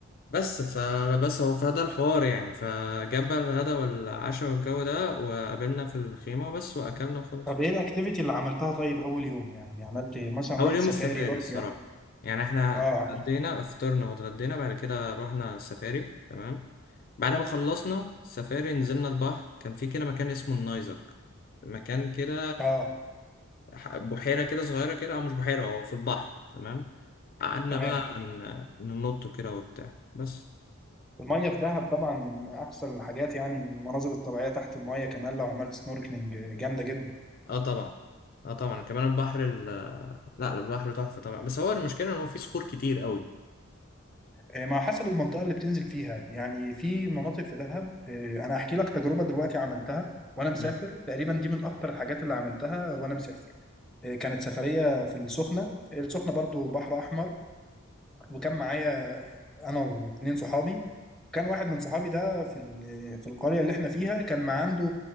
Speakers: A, on the left; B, in the centre.
A: بس فبس هو فده الحوار يعني فجاب بقى الغدا والعشاء والجو ده وقابلنا في الخيمة وبس وأكلنا وخلاص
B: طب ايه الاكتيفيتي اللي عملتها طيب اول يوم يعني عملت إيه؟ مثلا
A: أول
B: رحت
A: يوم
B: سفاري
A: السفاري
B: رحت
A: الصراحة
B: يخت
A: يعني احنا
B: اه
A: اتغدينا افطرنا واتغدينا بعد كده رحنا السفاري تمام بعد ما خلصنا السفاري نزلنا البحر كان في كده مكان اسمه النايزك مكان كده
B: اه
A: ح- بحيرة كده صغيرة كده أو مش بحيرة هو في البحر تمام قعدنا
B: تمام
A: بقى ن- ننط كده وبتاع بس
B: الميه في دهب طبعا من احسن الحاجات يعني المناظر الطبيعيه تحت الميه كمان لو عملت سنوركلينج جامده جدا
A: اه طبعا اه طبعا كمان البحر لا لا، البحر تحفة طبعا بس هو المشكلة ان هو فيه صخور كتير قوي
B: آه، ما حسب المنطقه اللي بتنزل فيها يعني في مناطق في دهب آه، انا هحكي لك تجربه دلوقتي عملتها وانا مسافر
A: مم.
B: تقريبا دي من اكتر الحاجات اللي عملتها وانا مسافر آه، كانت سفريه في السخنه السخنه برضو بحر احمر وكان معايا انا واتنين صحابي كان واحد من صحابي ده في ال- في القرية اللي احنا فيها كان ما عنده